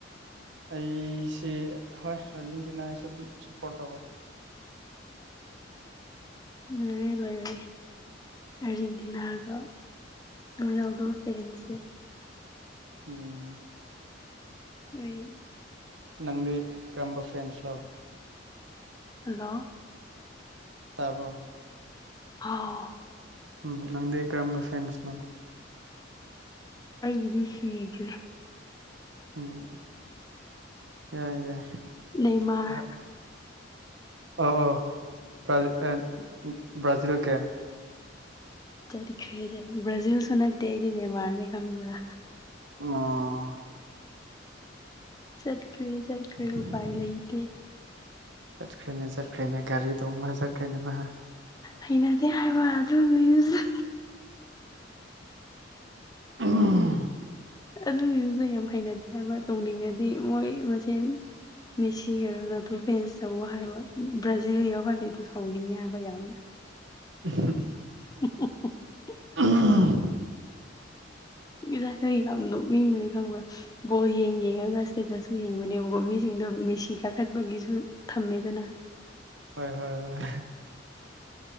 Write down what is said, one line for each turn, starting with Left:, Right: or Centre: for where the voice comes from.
Right: ꯑꯩꯁꯤ ꯍꯣꯏ ꯑꯥꯔꯖꯦꯟꯇꯤꯅꯥꯒꯤꯁꯨ ꯑꯗꯨꯝ ꯁꯞꯄꯣꯔꯠ ꯇꯧꯋꯦ
Left: ꯂꯩꯔꯦ ꯂꯩꯔꯦ ꯑꯥꯔꯖꯦꯟꯇꯤꯅꯥꯒ ꯔꯣꯅꯥꯜꯗꯣ ꯐꯦꯟꯁꯦ
Right: ꯎꯝ
Left: ꯎꯨꯏ
Right: ꯅꯪꯗꯤ ꯀꯔꯝꯕ ꯐꯦꯟꯁꯂꯣ
Left: ꯍꯜꯂꯣ
Right: ꯇꯥꯕ꯭ꯔꯣ
Left: ꯑꯥꯎ
Right: ꯎꯝ ꯅꯪꯗꯤ ꯀꯔꯝꯕ ꯐꯦꯟꯁꯅꯣ
Left: ꯑꯩꯒꯤꯗꯤ ꯁꯤꯈ꯭ꯔꯦ
Right: ꯎꯝ ꯌꯥꯏ ꯌꯥꯏ
Left: ꯅꯦꯃꯥꯔ
Right: ꯑꯣ ꯑꯣ ꯑꯥ ꯕ꯭ꯔꯥꯖꯤꯜꯒꯤ
Left: ꯆꯠꯈ꯭ꯔꯦꯖ ꯕ꯭ꯔꯖꯤꯜꯁꯨ ꯅꯠꯇꯦ ꯑꯩꯗꯤ ꯅꯦꯃꯥꯔꯅꯤ ꯀꯪꯕ꯭ꯔꯥ
Right: ꯑꯣ
Left: ꯆꯠꯈ꯭ꯔꯦ ꯆꯠꯈ꯭ꯔꯦ
Right: ꯆꯠꯈ꯭ꯔꯦꯅꯦ
Left: ꯎꯄꯥꯏ ꯂꯩꯇꯦ
Right: ꯆꯠꯈ꯭ꯔꯦꯅꯦ ꯆꯔꯈ꯭ꯔꯦꯅꯦ ꯒꯥꯔꯤ ꯗꯣꯡꯂ ꯆꯔꯈ꯭ꯔꯦꯅ ꯃꯥ
Left: ꯍꯩꯅꯗꯦ ꯍꯥꯏꯕ ꯑꯗꯨ ꯃꯤꯃꯁ
Right: ꯑꯎꯝ
Left: ꯑꯗꯨ ꯃꯤꯝꯁꯗꯨ ꯌꯥꯝ ꯍꯩꯅꯗꯦ ꯍꯥꯏꯕ ꯇꯧꯅꯤꯡꯉꯗꯤ ꯃꯣꯏ ꯃꯁꯦꯟ ꯃꯦꯁꯤꯒ ꯔꯣꯅꯥꯜꯗꯣ ꯐꯦꯟꯁ ꯇꯧꯎ ꯍꯥꯏꯕ ꯕ꯭ꯔꯥꯖꯤꯜ ꯌꯥꯎꯍꯜꯂꯤ ꯑꯗꯨ ꯁꯧꯅꯤꯡꯉꯦ ꯍꯥꯏꯕ ꯌꯥꯝꯅ
Right: ꯎꯝ ꯍꯪ
Left: <unintelligible>
Right: ꯑꯍꯪ
Left: ꯉꯁꯥꯏ ꯑꯩ ꯌꯥꯝ ꯅꯣꯛꯅꯤꯡꯕꯅꯤ ꯈꯪꯕ꯭ꯔꯥ ꯕꯣꯜ ꯌꯦꯡ ꯌꯦꯡꯉꯒ ꯏꯁꯇꯦꯇꯁꯁꯨ ꯌꯦꯡꯕꯅꯦꯕꯀꯣ ꯃꯤꯁꯤꯡ ꯗꯣ ꯃꯦꯁꯤ ꯀꯥꯈꯠꯄꯒꯤꯁꯨ ꯊꯝꯃꯦꯗꯅ
Right: ꯍꯣꯏ ꯍꯣꯏ ꯍꯣꯏ